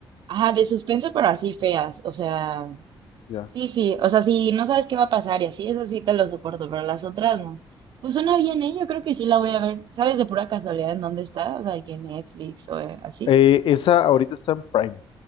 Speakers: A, on the right; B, on the left.
A: ajá, de suspenso, pero así feas, o sea.
B: ya.
A: Sí, sí, o sea, si no sabes qué va a pasar y así, eso sí te lo soporto, pero las otras no. Pues suena bien, ¿eh? Yo creo que sí la voy a ver. ¿Sabes de pura casualidad en dónde está? O sea, de que Netflix o eh, así.
B: Eh, esa ahorita está en Prime.